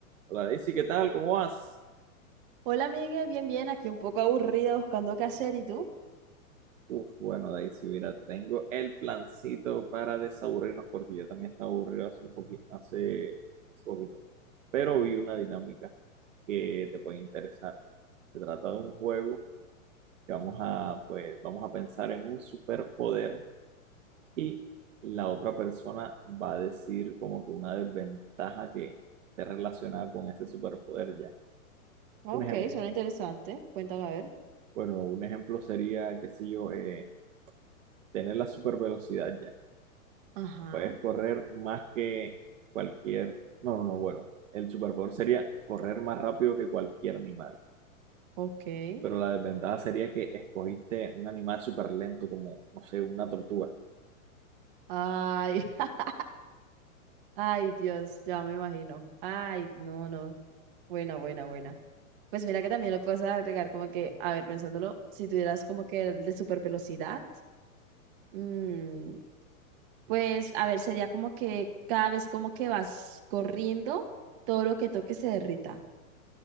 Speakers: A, on the right (about 60°); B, on the right (about 35°).
A: Hola Daisy, ¿qué tal? ¿Cómo vas?
B: Hola, Miguel, bien, bien, aquí un poco aburrida buscando qué hacer, ¿y tú?
A: Uf, bueno Daisy, mira, te tengo el plancito para desaburrirnos porque yo también estaba aburrido hace un poquito, hace, hace poquito. Pero vi una dinámica que te puede interesar. Se trata de un juego que vamos a, pues, vamos a pensar en un superpoder y la otra persona va a decir como que una desventaja que esté relacionada con ese superpoder ya.
B: Ok,
A: Un ejemplo,
B: suena interesante, cuéntame a ver.
A: bueno, un ejemplo sería, qué sé yo, eh, tener la super velocidad ya.
B: Ajá,
A: Puedes correr más que cualquier. No, no, no, bueno. El superpoder sería correr más rápido que cualquier animal.
B: ok.
A: Pero la desventaja sería que escogiste un animal súper lento, como, no sé, una tortuga.
B: Ay, <laughs> ay, Dios, ya me imagino. Ay, no, no, buena, buena, buena. Pues mira que también lo puedes agregar como que, a ver, pensándolo, si tuvieras como que el de super velocidad, mm, pues a ver, sería como que cada vez como que vas corriendo, todo lo que toques se derrita.